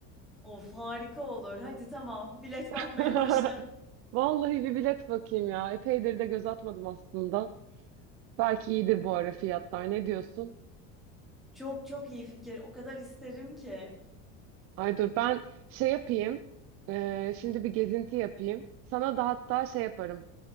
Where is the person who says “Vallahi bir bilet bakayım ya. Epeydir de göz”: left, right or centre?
Right